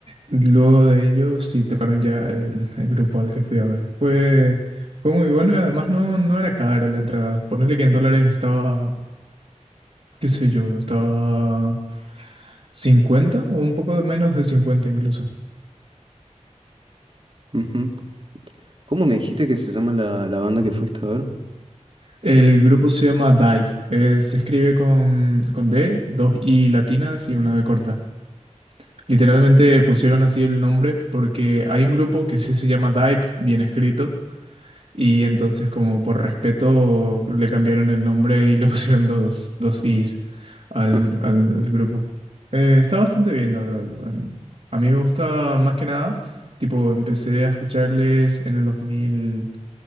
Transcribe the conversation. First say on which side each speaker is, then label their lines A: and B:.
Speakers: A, on the right; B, on the right.
A: luego de ellos sí tocaron ya el, el grupo al que fui a ver. Fue, fue muy bueno y además no, no era cara la entrada. Ponerle que en dólares estaba, qué sé yo, estaba 50 o un poco menos de 50 incluso.
B: ujú. ¿Cómo me dijiste que se llama la, la banda que fuiste a ver?
A: El grupo se llama Dive. eh, se escribe con, con D, dos I latinas y una B corta. Literalmente pusieron así el nombre porque hay un grupo que sí se llama Dive, bien escrito, y entonces como por respeto le cambiaron el nombre y le <laughs> pusieron dos, dos Is al,
B: <laughs>
A: gru- al- al grupo. Eh, está bastante bien, la verdad. Em, A mí me gusta más que nada, tipo, empecé a escucharles en el 2000